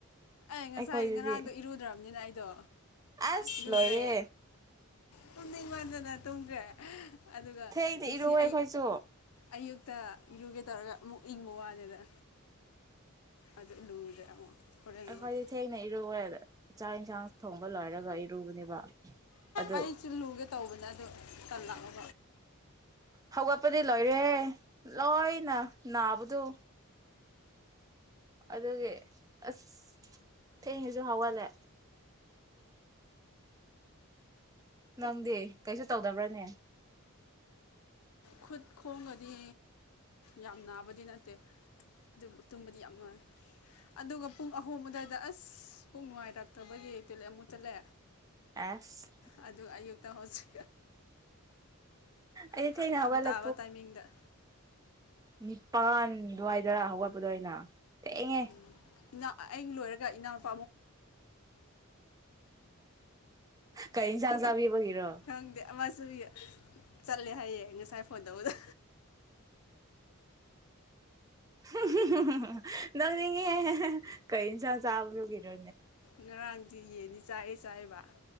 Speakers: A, on the left; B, on the right.
A: ꯑꯩ ꯉꯁꯥꯏ
B: ꯑꯩꯈꯣꯏꯗꯗꯤ
A: ꯉꯔꯥꯡꯗꯣ ꯏꯔꯨꯗ꯭ꯔꯕꯅꯤꯅ ꯑꯩꯗꯣ
B: ꯑꯁ
A: ꯏꯔꯨꯗ꯭ꯔꯦ
B: ꯂꯣꯏꯔꯦ
A: ꯇꯨꯝꯅꯤꯡꯃꯟꯗꯅ ꯗꯨꯒ ꯑꯗꯨꯒ
B: ꯊꯦꯡꯅ
A: ꯉꯁꯤ
B: ꯏꯔꯨꯋꯦ ꯑꯩꯈꯣꯏꯁꯨ
A: ꯑ ꯑꯌꯨꯛ ꯇ ꯏꯔꯨꯒꯦ ꯇꯧꯔꯒ ꯑꯃꯨꯛ ꯏꯪꯕ ꯋꯥꯅꯦꯗ ꯑꯗꯨ ꯂꯨꯗꯦ ꯑꯃꯨꯛ
B: ꯑꯩꯈꯣꯏꯗꯤ
A: ꯑꯃꯨꯛ
B: ꯊꯦꯡꯅ ꯏꯔꯨꯋꯦ ꯆꯥꯛ ꯑꯟꯁꯥꯡ ꯊꯣꯡ ꯕ ꯂꯣꯏꯔꯒ ꯏꯔꯨꯕꯅꯦꯕ ꯑꯗꯨ
A: ꯑꯩꯁꯨ ꯂꯨꯒꯦ ꯇꯧꯕꯅꯦ ꯑꯗꯨ ꯇꯜꯂꯛꯑ
B: ꯍꯧꯒꯠꯄꯗꯤ ꯂꯣꯏꯔꯦ ꯂꯣꯏꯅ ꯅꯥꯕꯗꯨ ꯑꯗꯨꯒꯤ ꯑꯁ ꯊꯦꯡꯁꯤꯁꯨ ꯍꯧꯒꯠꯂꯦ ꯅꯪꯗꯤ ꯀꯩꯁꯨ ꯇꯧꯗꯕ꯭ꯔꯥꯅꯦ
A: ꯈꯨꯠ ꯈꯣꯡꯒꯗꯤ ꯌꯥꯝ ꯅꯥꯕꯗꯤ ꯅꯠꯇꯦ ꯑꯗꯨ ꯇꯨꯝꯕꯗꯤ ꯌꯥꯝ ꯅꯨꯡꯉꯥꯏ ꯑꯗꯨꯒ ꯄꯨꯡ ꯑꯍꯨꯡ ꯑꯗꯨꯗꯥꯏꯗ ꯑꯁ ꯄꯨꯛ ꯅꯨꯡꯉꯥꯏꯔꯛꯇꯕꯒꯤ ꯇꯣꯏꯂꯦꯠ ꯑꯃꯨꯛ ꯆꯠꯂꯦ
B: ꯑꯦꯁ
A: ꯑꯗꯨ ꯑꯌꯨꯛꯇ ꯍꯧꯖꯤꯛ
B: ꯑꯩ
A: ꯐꯔꯛ
B: ꯊꯦꯡꯅ
A: ꯌꯥꯝ
B: ꯍꯧꯒꯠ
A: ꯇꯥꯕ
B: ꯂ
A: ꯇꯥꯏꯃꯤꯡꯗ
B: ꯅꯤꯄꯥꯟ ꯑꯗꯨꯋꯥꯏꯗꯔꯥ ꯍꯧꯒꯠꯄꯗꯣ ꯑꯩꯅ ꯊꯦꯡꯉꯦ
A: ꯎꯝ ꯏ ꯑꯩ ꯂꯣꯏꯔꯒ ꯏꯅꯥꯎ <inaudible>
B: ꯀꯩ ꯑꯦꯟꯁꯥꯡ ꯆꯥꯕꯤꯕꯒꯤꯔꯣ
A: ꯈꯪꯗꯦ ꯑꯃꯁꯨ ꯆꯠꯂꯦ ꯍꯥꯏꯌꯦ ꯉꯁꯥꯏ ꯐꯣꯟꯇꯧꯕꯗ
B: ꯍꯝꯍꯝ ꯅꯣꯡꯅꯤꯡꯉꯦ ꯀꯩ ꯑꯦꯟꯁꯥꯡ ꯆꯥꯕꯗꯨꯒꯤꯔ
A: ꯉꯔꯥꯡꯗꯤ ꯌꯦꯟꯗꯤ ꯆꯥꯏ ꯆꯥꯏꯕ